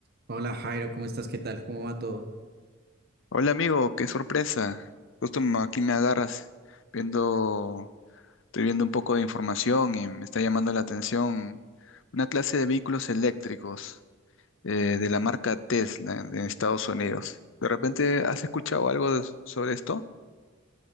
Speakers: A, on the right; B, on the left.
A: Hola Jairo, ¿cómo estás? ¿Qué tal? ¿Cómo va todo?
B: Hola amigo, qué sorpresa. Justo me- aquí me agarras viendo, estoy viendo un poco de información y me está llamando la atención una clase de vehículos eléctricos eh, de la marca Tesla en Estados Unidos. ¿De repente has escuchado algo de- sobre esto?